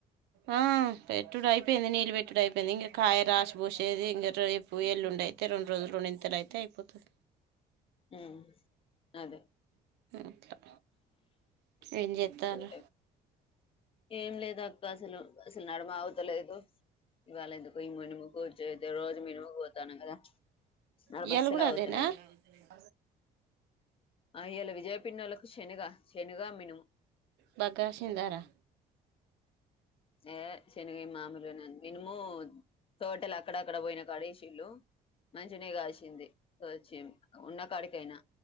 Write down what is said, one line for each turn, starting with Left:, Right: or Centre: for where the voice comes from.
Right: ఆ పెట్టుడు అయిపోయింది నీళ్ళు పెట్టుడు అయిపోయింది ఇంకా కాయ రాసిబూసేది ఇంకా రేపు ఎల్లుండి డయితే రెండు రోజులు రెండింతలయితే అయిపోతది
Left: ఉ అదే
Right: అట్లా ఏం చేస్తారు
Left: సరే ఏం లేదు అక్క అసలు అసలు నడమగుతలేదు ఇవవాళ ఎందుకో <unintelligible> మినుముకు పోతాను కదా నడమ
Right: ఇయ్యాల
Left: అస్సలు
Right: కూడా
Left: ఆగుతలేదు
Right: అదేనా అ
Left: ఆ ఇయాల విజయ పిన్నోళ్లకు శనగ శనగ మినుము
Right: బాగా కాసిందారా
Left: ఏ శనగ మామలుగనే అన్న ఇనుము తోటలు అక్కడక్కడ పోయిన కాడ ఏషిల్ళు మంచిగనే కాసింది వచ్చి ఉన్నా కాడికైనా